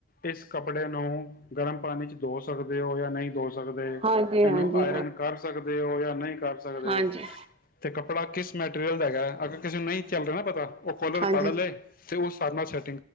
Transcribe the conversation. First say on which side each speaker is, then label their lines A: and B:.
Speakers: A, on the left; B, on the right.
A: ਇਸ ਕੱਪੜੇ ਨੂੰ ਗਰਮ ਪਾਣੀ ਚ ਦੋ ਸਕਦੇ ਹੋ ਜਾਂ ਨਹੀਂ ਦੋ ਸਕਦੇ
B: ਹਾਂਜੀ
A: ਇਹਨੂੰ
B: ਹਾਂਜੀ
A: ਆਇਰਨ
B: ਹਾਂਜੀ
A: ਕਰ ਸਕਦੇ ਹੋ ਜਾਂ ਨਹੀਂ ਕਰ ਸਕਦੇ
B: ਹਾਂਜੀ
A: ਤੇ ਕੱੜੇ ਬੜਾ ਕਿਸ ਮੈਟੀਰੀਅਲ ਦਾ ਹੈਗਾ ਅਗਰ ਕਿਸੇ ਨੂੰ ਨਹੀਂ ਚੱਲ ਰਿਹਾ ਨਾ ਪਤਾ ਉਹ ਖੋਲਰ
B: ਹਾਂਜੀ
A: ਪੜ੍ਹ ਲ ਹੈ ਤੇ ਉਸ ਕਰਨਾ